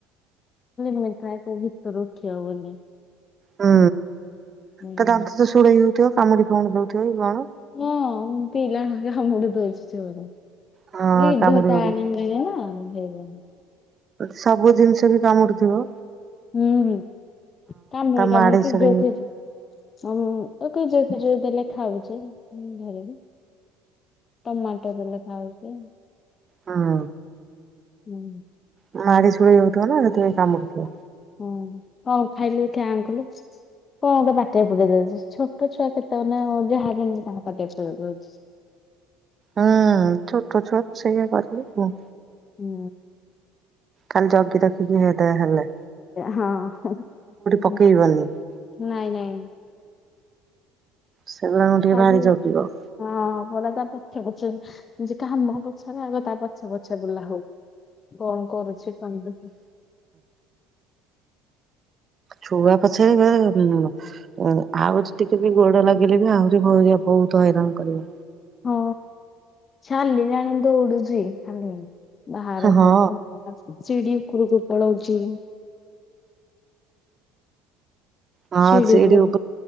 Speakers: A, on the left (about 40°); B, on the right (about 40°).
A: ମିିଟ ଏ ଭିତରୁ ଉଠି ହବନି।
B: ହୁଁ
A: ହୁଁ
B: ତା ଦନ୍ତ ତ ଶୂଳେଇ ହୋଉଥିବ କାମୁଡି ଫାମଡି ଦଉଥିବ କି କଣ?
A: ହଁ ପିଲାମାନଙ୍କୁ କାମୁଡ଼ି ଦୋଉଛି ଯୋରେ
B: ହଁ
A: ରିଧତା
B: କାମୁଡି ହଉ
A: ଆଣି ନାହିଁ ନ
B: ସବୁ ଜିନିଷ ବି କାମୁଡିୁଥିବ
A: ହୁଁ ହୁଁ। କାମୁଡି କାମୁଡି
B: ମାଡି
A: ପିଜ
B: ସଡେଇ
A: ଉଠୁଛି ହିଁ କିଯାଇ ଫିଯାଇ ଦେଲେ ଖାଉଛ ମୁ ଘରେି ଟମାଟୋ ବଲେ ଖାଉଛ ଆ
B: ହୁଁ।
A: ହୁଁ।
B: ମାଢ଼ି ସୁଲେଇ ହୋଇଥିବ ନା ସେତେବେଳେ କମୁଡ଼ୁ ଥିବା।
A: ହୁଁ କଣ ଖାଇଲୁ ଦେଖିବା ଆଁ କଲୁ କଅ ଗୋଟେ ପାଟିରେ ପୁରେଇ ଦୋଉଚି ଛୋଟ ଛୁଆ କେତେବେ ନା ଯାହା କେ ତାଙ୍କ ପାଟିରେ ପ ଦୋଉଛି।
B: ହୁଁ ଛୋଟଛୁଆ ତ ସେଇଆ କରିବେ ଆଉ
A: ହୁଁ।
B: କାଲି ଜଗି ରଖିକି ହେଇଦେ ହେଲା।
A: ହଁ <inaudible>
B: ପକେଇବନି
A: ନାଇଁ ନାଇଁ।
B: ସେଗୁଡାଙ୍କୁ ଟିକେ
A: ଲାଗି
B: ଭାରି ଜଗିବ।
A: ହଁ ଭଲ ତା ପଛେ ପଛେ ମୁଁ ଯେ କାହା ମୁହ ପଛରେ ଆଗ ତା ପଛ ପଛ ବୁଲା ହଉ। କଣ କରୁଛି କହିଲ କି?
B: ଛୁଆ ପଛରେ ଏ ଆହୁରି ଟିକେ ବି ଗୋଡ଼ ଲଗେଇଲେ ବି ଆହୁରି <unintelligible> ବୋହୁତ ହଇରାଣ କରିବ।
A: ହଁ ଆଉ <unintelligible> ଦୌଡୁଛି ଖାଲି। ବାହାରକୁ
B: ହଁ।
A: କୁଆଡେ ଯାଉଛି? ସିଡି ଉପରକୁ ପଳଉଛି
B: ହଁ
A: ଶିଡି
B: ସିଡି
A: ଉପରକୁ